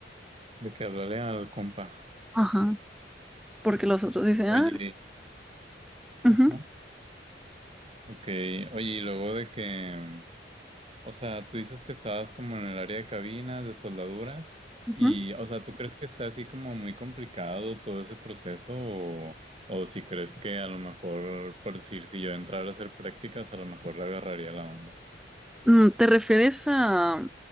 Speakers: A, on the right; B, in the centre.
A: de que hablarle al compa.
B: Ajá. Porque los otros dicen,
A: Oye,
B: ah, ujú,
A: ajá. Ok, oye, y luego de que O sea, tú dices que estabas como en el área de cabinas, de soldaduras,
B: ujú".
A: y, o sea, ¿tú crees que está así como muy complicado todo ese proceso? O, o si crees que a lo mejor, por decir, si yo entrara a hacer prácticas, a lo mejor le agarraría la onda.
B: Mm, ¿Te refieres a